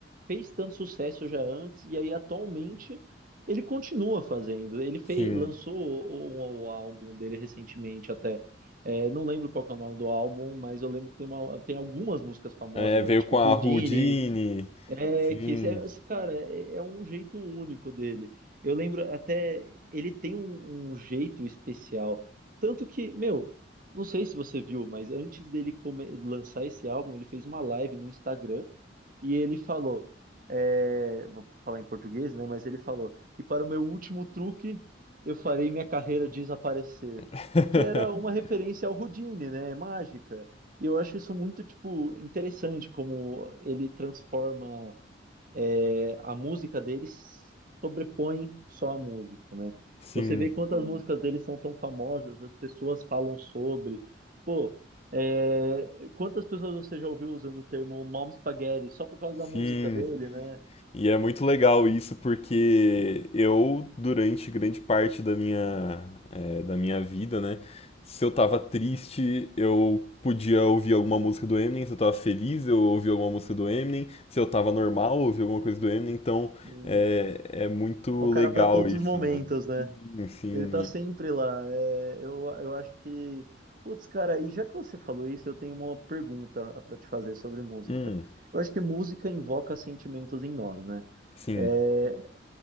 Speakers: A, on the right; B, on the left.
A: fez tanto sucesso já antes e aí atualmente ele continua fazendo. Ele fez,
B: sim.
A: lançou o, o- um, o álbum dele recentemente até. É, não lembro qual que é o nome do álbum, mas eu lembro que tem, uma, tem algumas músicas famosas,
B: É,
A: né?
B: veio
A: Tipo
B: com
A: Olha
B: a
A: só. Houdini,
B: Houdini.
A: é
B: Sim.
A: que esse, é- esse cara é, é um jeito único dele. Eu lembro até ele tem um, um jeito especial, tanto que, meu, não sei se você viu, mas antes dele come- lançar esse álbum, ele fez uma live no Instagram e ele falou, é, vou falar em português, né? Mas ele falou: e para o meu último truque, eu farei minha carreira desaparecer,
B: <laughs>
A: que era uma referência ao Houdini, né? é Mágica. E eu acho isso muito, tipo, interessante, como ele transforma é, a música deles sobrepõe só a música, né?
B: Sim,
A: Você vê quantas Sim. músicas dele são tão famosas, as pessoas falam sobre. Pô, é, quantas pessoas você já ouviu usando o termo mom spaghetti só por causa
B: sim.
A: da música dele, né?
B: E é muito legal isso porque eu, durante grande parte da minha, é, da minha vida, né? Se eu tava triste, eu podia ouvir alguma música do Eminem. Se eu tava feliz, eu ouvia alguma música do Eminem. Se eu tava normal, eu ouvia alguma coisa do Eminem. Então
A: E
B: é, é muito
A: é um cara
B: legal
A: para todos
B: isso,
A: os momentos,
B: né?
A: né?
B: Sim, sim.
A: Ele tá sempre lá. É, eu, eu acho que. Putz, cara, e já que você falou isso, eu tenho uma pergunta ah, pra te fazer sobre música.
B: Hum,
A: Eu acho que música invoca sentimentos em nós, né?
B: sim,
A: É,